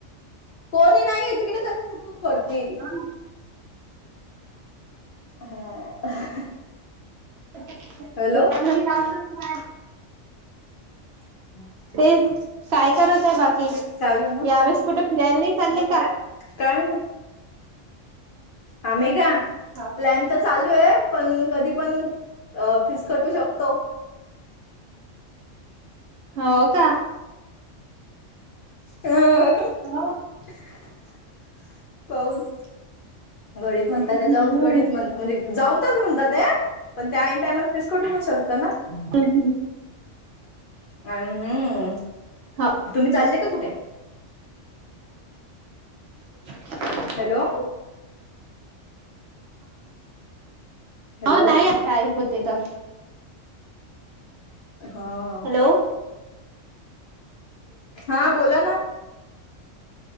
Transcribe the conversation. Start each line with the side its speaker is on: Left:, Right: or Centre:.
Left: कोणी नाही. तरी उठ उठ करतेय
Right: उठ
Left: ती. हा. <unintelligible>
Right: याच्यात
Left: हॅलो
Right: घरी राहतच नाही.
Left: <inaudible>
Right: तेच काय करत आहे बाकी
Left: काय झालं?
Right: यावेस कुठे फिरायला नाही चालले का.
Left: काय. आम्ही का
Right: का
Left: प्लॅन तर चालू आहे पण कधी पण फीस कटू शकतो.
Right: हो का.
Left: हा. <unintelligible>
Right: हा.
Left: <inaudible> पाऊस. घडीत म्हणतात
Right: हम्म
Left: ते जाऊच घडीत म्हण म्हणजे. जाऊ पण म्हणतात ते पण आईन टायमाला फेस कटू शकतं ना.
Right: ह ह.
Left: अ हम्म
Right: हो
Left: तुम्ही चालले का कुठे.
Right: <unintelligible>
Left: हॅलो हॅलो
Right: हो नाही काय होते तर
Left: हा.
Right: हो.
Left: हा बोला ना.